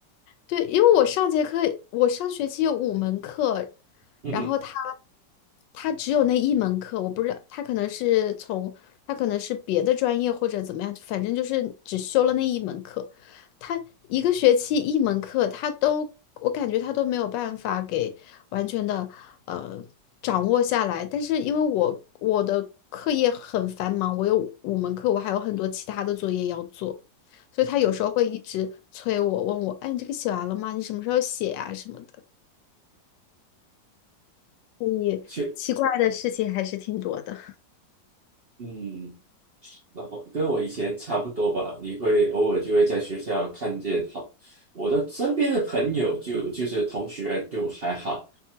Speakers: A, on the left (about 80°); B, on the right (about 50°).
A: 对，因为我上节课，我上学期有五门课，
B: 嗯哼，
A: 然后他他只有那一门课，我不知道他可能是从他可能是别的专业或者怎么样，反正就是只修了那一门课。他一个学期一门课，他都我感觉他都没有办法给完全的呃掌握下来。但是因为我我的课业很繁忙，我有五门课，我还有很多其他的作业要做。所以他有时候会一直催我，
B: 嗯
A: 问我，哎，你这个写完了吗？你什么时候写呀、什么的。所以奇怪的事情还是挺多的。
B: 去嗯。然后跟我以前差不多吧，你会偶尔就会在学校看见好，我的身边的朋友就就是同学就还好，